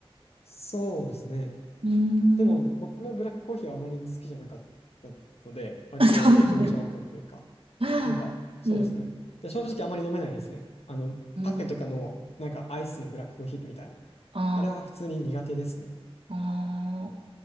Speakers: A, on the left; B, on the right.
A: そうですね。
B: うーん、
A: でも僕もブラックコーヒーはあまり好きじゃなかったので、
B: <laughs>
A: 割と気持ちはわかるというか、
B: あそうなんだ。<laughs>
A: なんかそうですね。
B: うん、
A: で、正直あまり飲めないですね。あの、
B: うん。
A: カフェとかのなんかアイスのブラックコーヒーみたいな。
B: あ
A: あれは普通に苦手ですね。
B: ーあ